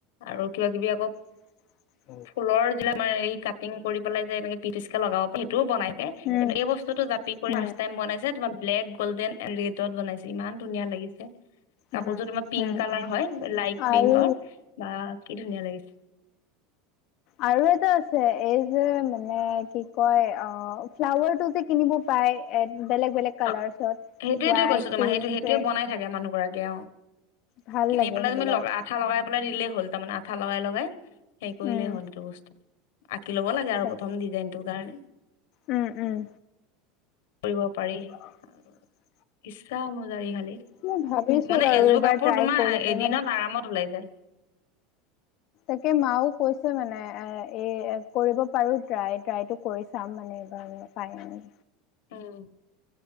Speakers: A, on the left (about 85°); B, on the left (about 45°).
A: আৰু কিবা কিবি আকৌ
B: <unintelligible>
A: ফুলৰ যিলাক মানে এই কাটিং কৰি পেলাই যে এনেকে পিটিচকে লগাব প সেইটোও বনাইকে,
B: উম
A: কিন্তু এই বস্তুতো <unintelligible> ফাৰ্ষ্ট
B: উম।
A: টাইম বনাইছে, তোমাৰ ব্লেক গল্ডেন এণ্ড ৰেডত বনাইছে ইমান ধুনীয়া লাগিছে। কাপোৰযোৰ
B: উম
A: তোমাৰ পিংক
B: উম
A: কালাৰ হয় লাইট
B: আৰু
A: পিংকৰ। আ ধুনীয়া লাগিছে।
B: আৰু এটা আছে এই যে মানে কি কয় অ ফ্লাৱাৰটো যে কিনিব প পায় বেলেগ বেলেগ কালাৰ্চত
A: অ সেইটোয়েতো
B: হোৱাইট
A: কৈছো তোমাৰ
B: পিংক
A: সেইটো সেইটোয়ে
B: ৰেড
A: বনাই থাকে মানুহ গৰাকীয়ে অ
B: ভাল
A: কিনি
B: লাগে
A: পেলাই
B: সেইবিলাক
A: তুমি লগ আঠা লগাই পেলাই দিলেই হ'ল তাৰমানে আঠা লগাই লগাই সেইৰি কৰিলেই
B: উম
A: হ'ল এইটো বস্তু। আঁকি ল'ব লাগে আৰু
B: তাকে
A: প্ৰথম ডিজাইনটোৰ কাৰণে।
B: উম উম।
A: কৰিব পাৰি,
B: <inaudible>
A: আৰু ইচ্ছা অনুযায়ী খালি
B: মই ভাবিছো
A: মানে
B: বাৰু
A: এযোৰ
B: এইবাৰ
A: কাপোৰ
B: ট্ৰাই
A: তোমাৰ
B: কৰিম
A: এদিনত
B: মানে
A: আৰামত ওলাই যায়।
B: তাকে মাও কৈছে মানে এ এই কৰিব পাৰো ট্ৰাই ট্ৰাইটো কৰি চাম মানে এইবাৰ ফাইনেল।
A: উম।